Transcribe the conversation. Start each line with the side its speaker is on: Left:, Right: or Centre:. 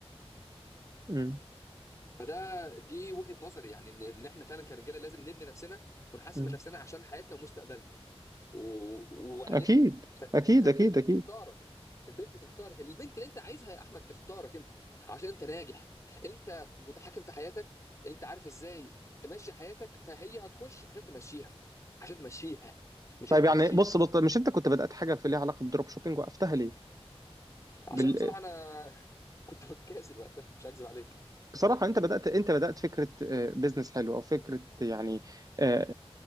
Right: مم.
Left: فده دي وجهة نظري يعني ان إن احنا فعلا كرجاله لازم نبني نفسنا ونحاسب
Right: مم.
Left: من نفسنا عشان حياتنا ومستقبلنا و- وعيلتنا
Right: اكيد
Left: فال-
Right: اكيد
Left: فالبنت
Right: اكيد اكيد
Left: تختارك البنت تختارك البنت اللي انت عايزها يا احمد تختارك انت عشان انت ناجح انت متحكم في حياتك انت عارف ازاي تمشي حياتك فهي هتخش عشان تمشيها عشان تمشيها مش
Right: طيب
Left: هي تمشيك
Right: يعني بص بص مش انت كنت بدأت حاجه في ليها علاقه بالدروب شوبينج وقفتها ليه؟
Left: عشان
Right: بال...
Left: بصراحة انا <laughs> كنت متكاسل وقتها مش هكذب عليك
Right: بصراحه انت بدأت انت بدأت فكره آه، بيزنس حلو او فكره يعني آه،